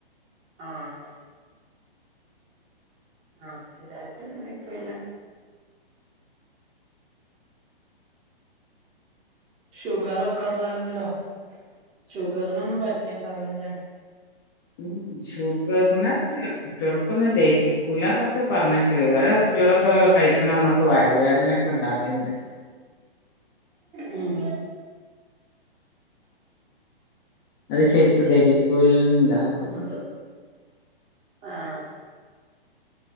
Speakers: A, on the right (about 20°); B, on the left (about 25°).
A: ആഹ് ആഹ് സ്ഥിരായിട്ടൊന്നും കൈക്കലില്ല ഷുഗറൊക്കെ ഒള്ളോലിൻണ്ടോ ഷുഗറിനൊന്നും പ റ്റെണ്ടാവുല്ലല്ലെ
B: ഉം ഷുഗർനേറ്റല്ലേ കുട്ടികൾക്കൊന്നും ദഹിക്കൂലാന്നൊക്കെ പറഞ്ഞേക്കല് ഇവ്ടെ കുട്ടികളൊക്കെ കഴിക്കണന്നൊക്കെ വയറ് വേദന ക്കെണ്ടാവലെണ്ട്
A: ഉം
B: അത് ശരിക്കു ദഹികൂല <unintelligible> തോന്നെണ്ട്
A: ആഹ്